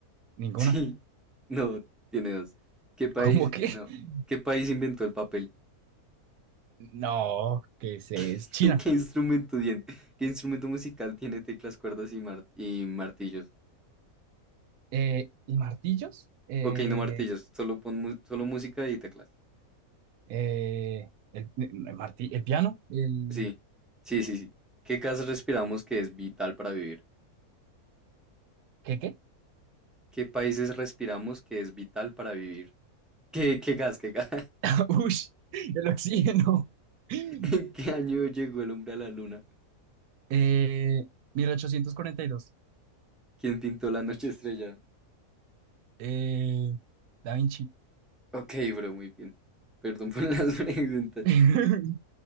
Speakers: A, in the centre; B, on the right (about 85°).
A: <laughs>
B: ninguna.
A: Sí, no, tiene dos. ¿Qué país,
B: ¿Cómo que?
A: no,
B: <laughs>
A: qué país inventó el papel?
B: No, que es, es
A: <laughs>
B: China.
A: ¿Qué instrumento dien- qué instrumento musical tiene teclas, cuerdas y mar- y martillos?
B: Eh, ¿y martillos? Eh,
A: Ok, no martillos, solo pon mu- solo música y teclas.
B: eh, el, el marti- el piano, el
A: Sí, sí, sí, sí. ¿Qué gas respiramos que es vital para vivir?
B: ¿qué qué?
A: ¿Qué países respiramos que es vital para vivir? ¿Qué, qué gas, qué gas?
B: <laughs> Ush, el oxígeno. <laughs>
A: <laughs> ¿En qué año llegó el hombre a la luna?
B: Eh, mil ochocientos cuarenta y dos,
A: ¿Quién pintó la noche estrellada?
B: Eh, Da Vinci.
A: Ok, bro, muy bien. Perdón por las <laughs> preguntas.
B: <laughs>